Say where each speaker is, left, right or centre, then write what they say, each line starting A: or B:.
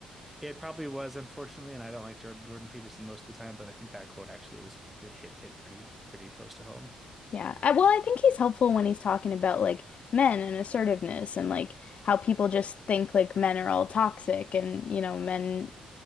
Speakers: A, in the centre; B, on the left (about 55°).
A: it probably was unfortunately, and I don't like Jordan, Jordan Peterson most of the time, but I think that quote actually was it hit hit pretty pretty close to home.
B: Yeah. I, well, I think he's helpful when he's talking about like men and assertiveness and like how people just think like men are all toxic and you know men